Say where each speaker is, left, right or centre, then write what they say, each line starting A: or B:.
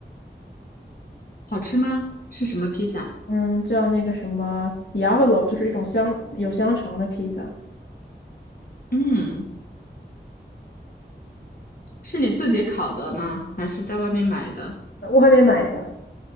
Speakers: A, on the left (about 50°); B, on the left (about 65°).
A: 好吃吗？是什么披萨？
B: 嗯，叫那个什么 Diavolo，就是一种香有香肠的披萨，
A: 嗯，是你自己烤的吗？还是在外面买的？
B: 我还没买的。